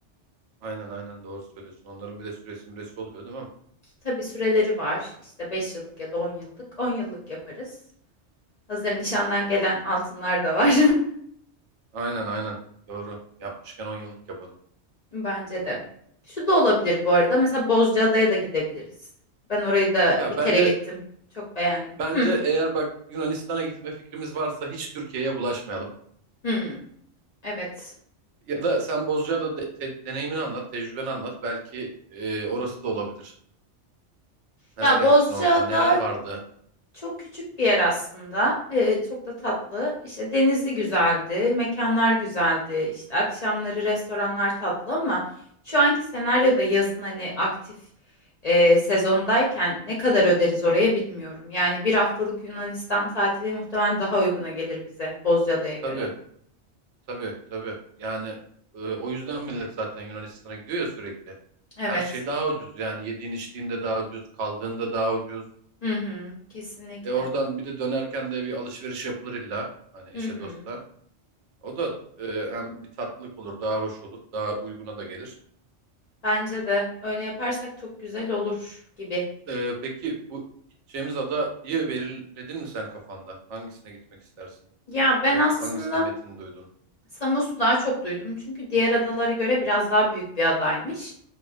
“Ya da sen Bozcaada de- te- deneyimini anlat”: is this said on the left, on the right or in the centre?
Right